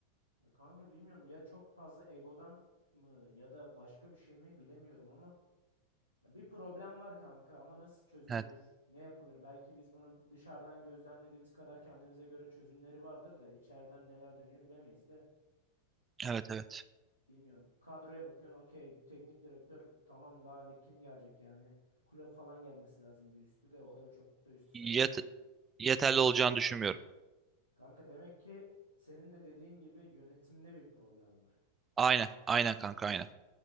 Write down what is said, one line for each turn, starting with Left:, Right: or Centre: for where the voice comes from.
Left: Ya kanka bilmiyorum ya çok fazla egodan mı ya da başka bir şey mi bilemiyorum ama ya bir problem var kanka ama nasıl çözülür?
Right: Evet,
Left: Ne yapılır? Belki biz bunu dışarıdan gözlemlediğimiz kadar kendimize göre çözümleri vardır da içeriden neler dönüyor bilemeyiz de.
Right: evet,
Left: Bilmiyorum. Kadroya bakıyorsun okey. Teknik direktör tamam daha ne kim gelecek yani. Kulüp falan gelmesi lazım bir üstü de. O da çok da üstü sayılmaz
Right: evet.
Left: benim.
Right: yeterli olacağını düşünmüyorum.
Left: Kanka demek ki senin de dediğin gibi yönetimde bir problem var.
Right: Aynen, aynen kanka aynen.